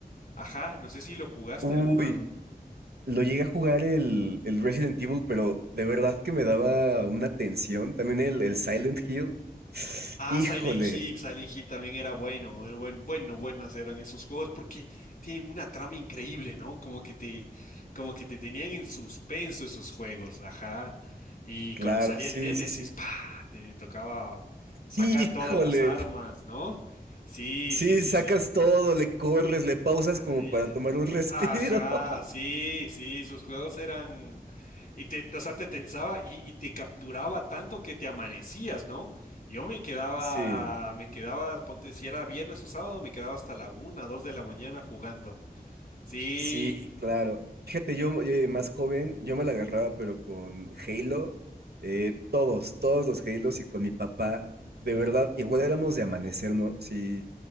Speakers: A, on the left (about 55°); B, on the right (about 75°).
A: Ajá, no sé si lo jugaste
B: Uy,
A: alguna
B: lo llegué a jugar el, el Resident Evil, pero de verdad que me daba una tensión, también el, el Silent Hill.
A: Ah,
B: Híjole,
A: Silent Hill, Silent Hill también era bueno, era buen- bueno, buenas eran esos juegos porque tienen una trama increíble, ¿no? Como que te, como que te tenían en suspenso esos juegos, ajá. Y
B: claro,
A: cuando salía
B: sí,
A: el Némesis,
B: sí, sí.
A: ¡pa! te tocaba sacar
B: Híjole.
A: todas las armas, ¿no? Sí,
B: Sí,
A: sí, sí,
B: sacas
A: sí, sí.
B: todo, le corres, le pausas
A: Eh,
B: como para tomar un respiro.
A: Ajá,
B: <laughs>
A: sí, sí, sus juegos eran, y te, o sea, te tensaba y, y te capturaba tanto que te amanecías, ¿no? Yo me quedaba,
B: Sí,
A: me quedaba, ponte, si era viernes o sábado, me quedaba hasta la una, dos de la mañana jugando. Sí.
B: sí, claro. Fíjate, yo eh, más joven, yo me la agarraba, pero con Halo, eh, todos, todos los Halos y con mi papá, de verdad, igual éramos de amanecernos y